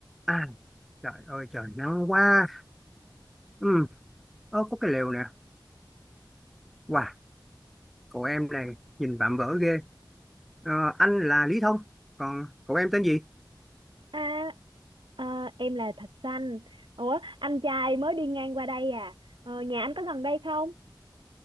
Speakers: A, in the centre; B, on the right.
A: À trời ơi trời nắng quá ừ, ơ, có cái lều nè Wow cậu em này nhìn vạm vỡ ghê Ờ, Anh là Lý Thông Còn cậu em tên gì
B: À, à, em là Thạch Xanh. Ủa, anh trai mới đi ngang qua đây à? Ờ, nhà anh có gần đây không?